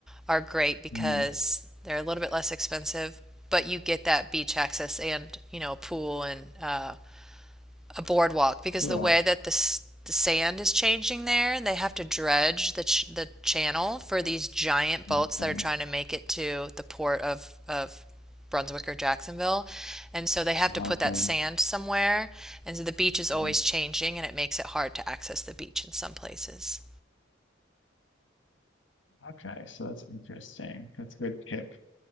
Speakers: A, in the centre; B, on the left.
A: are great because
B: mm.
A: they're a little bit less expensive, but you get that beach access and, you know, a pool and uh, a boardwalk because
B: Cool.
A: the way that the, the sand is changing there, they have to dredge the ch the channel for these giant boats
B: Okay.
A: that are trying to make it to the port of of Brunswick or Jacksonville. And so they have to
B: Okay.
A: put that sand somewhere. And so the beach is always
B: Mm.
A: changing and it makes it hard to access the beach in some places.
B: Okay. So that's interesting. That's a good tip.